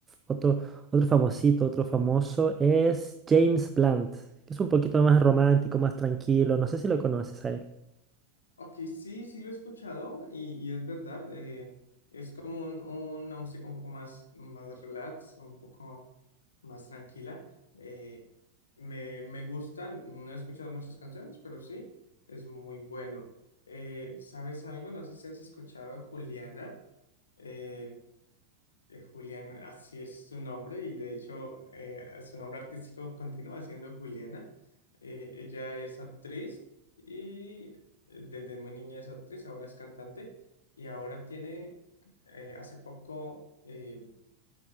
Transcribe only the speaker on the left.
Ok, sí, sí lo he escuchado y, y es verdad, eh, es como un- una música un poco más, más relax, un poco más tranquila. eh, me, me gusta, no he escuchado muchas canciones, pero sí, es muy bueno. Eh, ¿sabes algo? No sé si has escuchado a Juliana. eh, eh, Julián, así es su nombre y de hecho eh, su nombre artístico continúa siendo Juliana. Eh, ella es actriz y eh, desde muy niña es actriz, ahora es cantante y ahora tiene, eh, hace poco, eh,